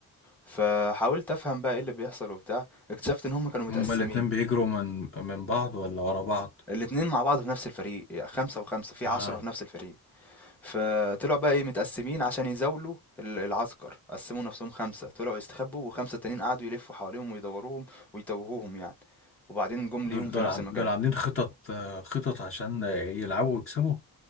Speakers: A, in the centre; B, on the left.
A: فحاولت افهم بقى ايه اللي بيحصل وبتاع اكتشفت ان هما كانوا متقسمين
B: هما الاتنين بيجروا من من بعض ولا ورا بعض
A: الاتنين مع بعض في نفس الفريق يعني خمسة وخمسة في
B: اه
A: عشرة في نفس الفريق فطلعوا بقى ايه متقسمين عشان يزاولوا ال- العسكر قسموا نفسهم خمسة طلعوا يستخبوا وخمسة تانيين قعدوا يلفوا حواليهم ويدوروهم ويتوهوهم يعني وبعدين جم
B: دول
A: ليهم
B: دول
A: في نفس
B: عم-
A: المكان
B: دول عاملين خطط آه، خطط عشان آه، يلعبوا ويكسبوا